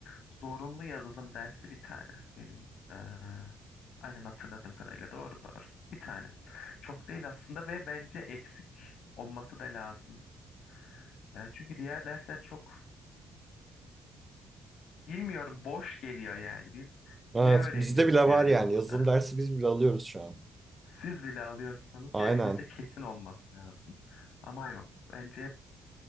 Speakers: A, on the left; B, on the right.
A: zorunlu yazılım dersi bir tane. Benim e, aynen hatırladığım kadarıyla doğru doğru. Bir tane. Çok değil aslında ve bence eksik olması da lazım. E, çünkü diğer dersler çok bilmiyorum boş geliyor yani. Biz
B: Evet,
A: ne öğreniyoruz
B: bizde bile
A: yani
B: var yani.
A: burada?
B: Yazılım dersi biz bile alıyoruz şu an.
A: Siz bile alıyorsanız
B: Aynen.
A: yani bizde kesin olması lazım. Ama yok. Bence hep-